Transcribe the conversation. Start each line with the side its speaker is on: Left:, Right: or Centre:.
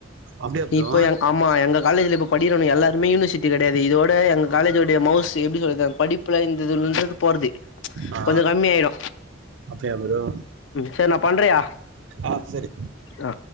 Right: அப்டியா ப்ரோ
Left: இப்போ எ ஆமா எங்க காலேஜ்ல இப் படிக்கறவணுங்க எல்லாருமே யூனிசிட்டி கடையாது இதோட எங்க காலேஜோடய மவுஸ் இது எப்டி சொல்றது படிப்புல இந்ததுரு போறது
Right: ஆ
Left: கொஞ்சோ கம்மியாயிடு
Right: அப்டியா ப்ரோ
Left: செரி நா பண்றயா
Right: ஆ சரி
Left: ஆ